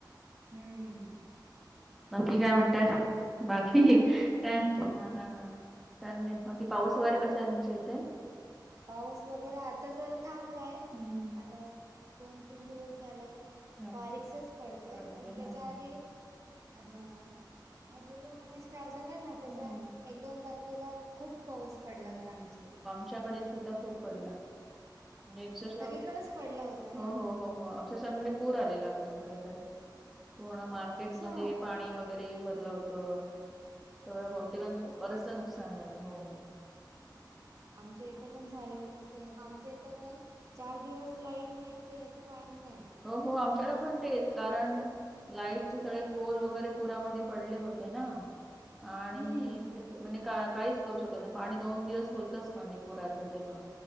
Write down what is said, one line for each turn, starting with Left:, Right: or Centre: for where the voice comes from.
Right: हम्म
Centre: बाकी काय म्हणताय बाकी काय हा-हा-हा. चालय बाकी पाऊस वगैरे कसा आहे तुमच्या इथे.
Right: पाऊस वगैरे आता जर थांबलाय
Centre: हम्म
Right: आता दोन तीन दिवस झालं.
Centre: हा
Right: बारीकसाच पडतोय
Centre: पडते
Right: पण
Centre: हा
Right: त्याच्या
Centre: हा.
Right: आधी ह हजमूनी स्टार्ट झाला ना त्याच्या
Centre: हम्म
Right: एक दोन तारखेला खूप पाऊस पडला होता आमच्या इथं.
Centre: आमच्याकडे सुद्धा खूप पडला. म्हणजे अक्षरशः
Right: सगळीकडच पडला होता
Centre: हो
Right: ना.
Centre: हो हो हो अप आमच्या सांगडे पूर आलेला आमच्याकडे तर पूर्ण मार्केटमध्ये
Right: अच्छा
Centre: पाणी वगैरे भरलं होत. अ सगळं बहुतेकांचं
Right: हो
Centre: बरच
Right: का
Centre: नुकसान झालं हो.
Right: आमच्या इथं पण झालं होत असे आमच्या इथं तर चार दिवस लाईट नाही पियांच पाणी नाही.
Centre: हो. हो. आमच्याकडं पण तेच कारण लाईटचे सगळे पोल वगैरे पुरामध्ये पडले होते ना. आणि
Right: हम्म
Centre: <unintelligible> म्हणजे का काहीच -- करू शकत नाही. पाणी दोन दिवस होतंच म्हणजे पुराचं तेव्हा.